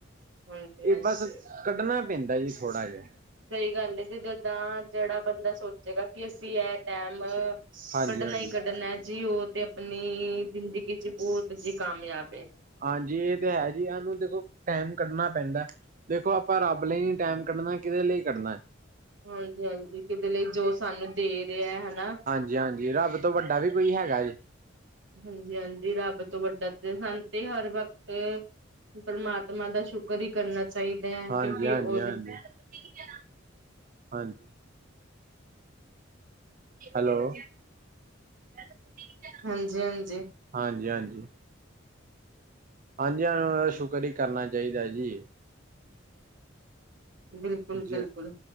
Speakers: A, on the right (about 70°); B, on the right (about 45°).
A: ਹਾਂਜੀ-ਹਾਂਜੀ।
B: ਇਹ ਬਸ ਕੱਢਣਾ ਪੈਂਦਾ ਜੀ, ਥੋੜਾ ਜਿਹਾ।
A: ਸਹੀ ਗੱਲ ਹੈ ਜੀ, ਜਿੱਦਾਂ ਜਿਹੜਾ ਬੰਦਾ ਸੋਚ ਜਗਾ ਕਿ ਅਸੀਂ ਇਹ ਟਾਈਮ
B: ਹਾਂਜੀ-ਹਾਂਜੀ
A: ਕੱਢਣਾ ਹੀ ਕੱਢਣਾ,
B: ਹਾਂਜੀ
A: ਜੀ ਉਹ ਤੇ ਆਪਣੀ ਜ਼ਿੰਦਗੀ 'ਚ ਬੋਤ ਹਜੇ ਕਾਮਯਾਬ ਏ।
B: ਹਾਂਜੀ ਏ ਤੇ ਹੈ ਜੀ, ਹਾ ਨੂੰ ਦੇਖੋ ਟੈਮ ਕੱਢਨਾ ਪੈਂਦੈ। ਦੇਖੋ ਆਪਾ ਰੱਬ ਲਈ ਟੈਮ ਕੱਢਨਾ ਏ, ਕਿਦੇ ਲਈ ਕੱਢਨੈ
A: ਹਾਂਜੀ, ਹਾਂਜੀ ਕਿਦੇ ਲਈ, ਜੋ ਸਾਨੂੰ ਦੇ ਰੇਐ, ਹਨਾ?
B: ਜੀ ਹਾਂਜੀ, ਰੱਬ ਤੋਂ ਵੱਡਾ ਵੀ ਕੋਈ ਹੈਗਾ ਜੇ?
A: ਹਾਂਜੀ, ਹਾਂਜੀ ਰੱਬ ਤੋ ਵੱਡਾ ਤੇ ਸਾਨੂੰ ਤੇ ਹਰ ਵਕਤ - ਪਰਮਾਤਮਾ ਦਾ ਸ਼ੁਕਰ ਈ ਕਰਨਾ ਚਾਹੀਦੈ
B: ਹਾਂਜੀ-ਹਾਂਜੀ-ਹਾਂਜੀ
A: ਕਿਓਕਿ ਓਦੇ
B: <unintelligible> ਹਾਂਜੀ, ਹੈਲੋ। <unintelligible>
A: ਹਾਂਜੀ, ਹਾਂਜੀ।
B: ਹਾਂਜੀ, ਹਾਂਜੀ। ਹਾਂਜੀ ਹਾਂ, ਸ਼ੁਕਰ ਈ ਕਰਨਾ ਚਾਹੀਦਾ ਜੀ।
A: ਬਿਲਕੁਲ-ਬਿਲਕੁਲ।
B: ਜ